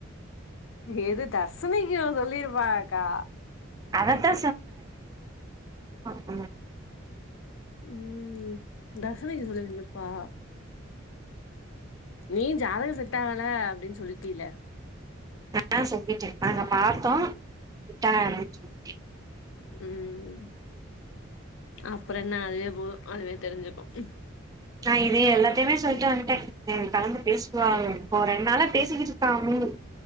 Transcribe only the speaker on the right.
அதத்தா ஆ
ஆஹ் சொல்லிட்டேன் நாங்க பார்த்தோம் செட் ஆகலனு சுல்லிட்டேன்
நான் இதே எல்லாத்தையுமே சொல்லிட்டு வந்துட்டேன் கலந்து பேசுவாங்க இப்போ ரெண்டு நாளா பேசிக்கிட்டு இருக்காங்க